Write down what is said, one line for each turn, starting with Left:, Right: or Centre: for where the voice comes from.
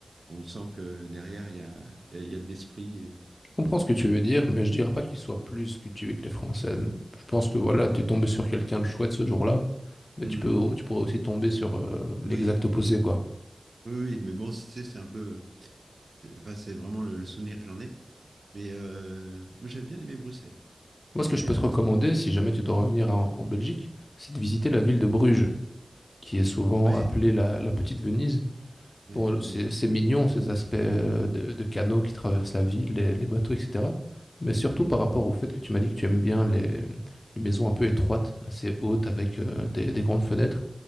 Right: On sent que derrière, il y a, il y a- il y a de l'esprit. et-
Left: Je comprends ce que tu veux dire, mais je dirais pas qu'il soit plus cultivé que les Français. Je pense que voilà, t'es tombé sur quelqu'un de chouette ce jour-là. mais
Right: Mhm.
Left: tu peux, tu pourrais aussi tomber sur euh, l'exact
Right: Oui,
Left: opposé, quoi.
Right: Oui, oui, mais bon, si tu sais, c'est un peu. Enfin, c'est vraiment le, le souvenir que j'en ai. Mais euh, moi, j'avais bien aimé Bruxelles.
Left: Moi, ce
Right: Mais
Left: que je peux
Right: euh,
Left: te recommander, si jamais tu dois revenir en, en Belgique, c'est de visiter la ville de Bruges, qui est souvent
Right: ouais,
Left: appelée la, la Petite Venise.
Right: ouais,
Left: Bon,
Right: Venise.
Left: c'est c'est mignon, ces aspects euh, de, de canaux qui traversent la ville, les, les bateaux, etc. Mais surtout par rapport au fait que tu m'as dit que tu aimes bien les, les maisons un peu étroites, assez hautes, avec euh, des, des grandes fenêtres.